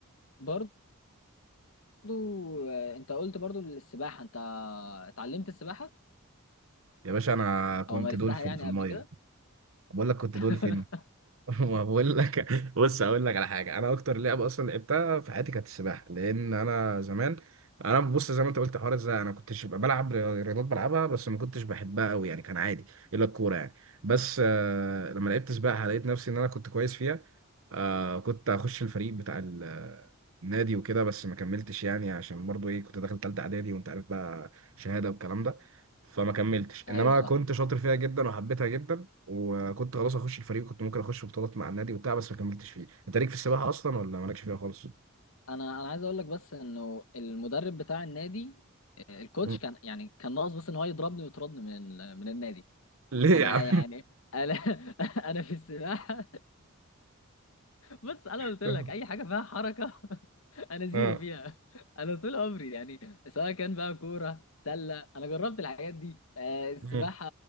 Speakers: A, on the left; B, on the right.
A: برضو آه، انت قلت برضو السباحة انت اتعلمت السباحة
B: يا باشا انا كنت
A: او مارستها
B: دولفين
A: يعني
B: في الميه
A: قبل كده
B: بقول لك كنت
A: <laughs>
B: دولفين <laughs> ما بقول لك بص اقول لك على حاجه انا اكتر لعبه اصلا لعبتها في حياتي كانت السباحه لان انا زمان انا بص زي ما انت قلت حوار ازاي انا كنتش ببقى بلعب رياضات بلعبها بس ما كنتش بحبها قوي يعني كان عادي الا الكوره يعني بس آه لما لعبت سباحه لقيت نفسي ان انا كنت كويس فيها آه كنت هخش الفريق بتاع ال- النادي وكده بس ما كملتش يعني عشان برضو ايه كنت داخل تالتة اعدادي وانت عارف بقى شهاده والكلام ده فما كملتش انما
A: ايوه صح
B: كنت شاطر فيها جدا وحبيتها جدا وكنت خلاص اخش الفريق كنت ممكن اخش بطولات مع النادي وبتاع بس ما كملتش فيه انت ليك في السباحه اصلا ولا مالكش فيها خالص
A: انا انا عايز اقول لك بس انه المدرب بتاع النادي آه، الكوتش
B: مم.
A: كان يعني كان ناقص بس ان هو يضربني ويطردني من ال- من النادي
B: ليه
A: انا
B: يا عم
A: يعني انا <laughs> انا في السباحة بص انا
B: <laughs>
A: قلت لك اي حاجه فيها حركه <laughs> انا زيرو
B: اه
A: فيها انا طول عمري يعني سواء كان بقى كوره سله انا جربت الحاجات دي آه، السباحه
B: مم.